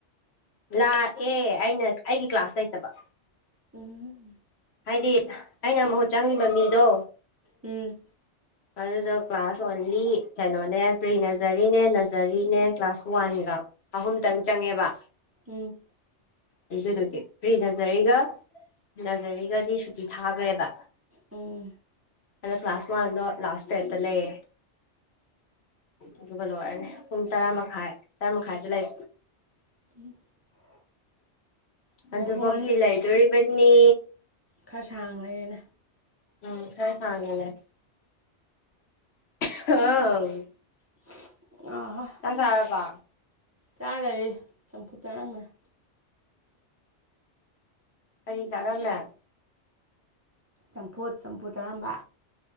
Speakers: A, on the left; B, on the right.
A: ꯂꯥꯛꯑꯦ ꯑꯩꯅ ꯑꯩꯒꯤ ꯀ꯭ꯂꯥꯁ ꯂꯩꯇꯕ
B: ꯎꯝ
A: ꯍꯥꯏꯗꯤ ꯑꯩꯅ ꯃꯍꯨꯠ ꯆꯪꯉꯤꯕ ꯃꯤꯗꯣ
B: ꯎꯝ
A: ꯑꯗꯨꯗꯣ ꯀ꯭ꯂꯥꯁ ꯑꯣꯟꯂꯤ ꯀꯩꯅꯣꯅꯦ ꯄ꯭ꯔꯤ ꯅꯖꯔꯤꯅꯦ ꯅꯥ ꯖꯔꯤꯅꯦ ꯀ꯭ꯂꯥꯁ ꯋꯥꯟꯒ ꯑꯍꯨꯝꯇꯪ ꯆꯪꯉꯦꯕ
B: ꯎꯝ
A: ꯑꯗꯨꯗꯨꯒꯤ ꯄ꯭ꯔꯤ ꯅꯖꯔꯤꯒ ꯅꯖꯔꯤꯒꯗꯤ ꯁꯨꯇꯤ ꯊꯥꯒ꯭ꯔꯦꯕ
B: ꯎꯝ
A: ꯑꯗꯣ ꯀ꯭ꯂꯥꯁ ꯋꯥꯟꯗꯣ ꯂꯥꯁ ꯄꯤꯔꯠꯇ ꯂꯩ ꯑꯗꯨꯒ ꯂꯣꯏꯔꯅꯤ ꯄꯨꯡ ꯇꯔꯥꯃꯈꯥꯏ ꯇꯔꯥꯃꯈꯥꯏꯗ ꯂꯩ
B: <inaudible> ꯑꯗ
A: ꯑꯗꯨꯕꯨꯛꯇꯤ
B: ꯄꯨꯡ
A: ꯂꯩꯗꯣꯔꯤꯕꯅꯤ
B: ꯈ ꯁꯥꯡ ꯂꯩꯔꯦꯅꯦ
A: ꯎꯝ ꯈꯔ ꯁꯥꯡꯅ ꯂꯩ <unintelligible>
B: <unintelligible>
A: ꯆꯥꯛ ꯆꯥꯔꯕꯣ
B: ꯆꯥꯗꯔꯤ ꯆꯝꯐꯨꯠ ꯆꯥꯔꯝꯕꯅꯦ
A: ꯀꯔꯤ ꯆꯥꯔꯝꯃꯦ
B: ꯆꯝꯐꯨꯠ ꯆꯝꯐꯨꯠ ꯆꯔꯝꯕ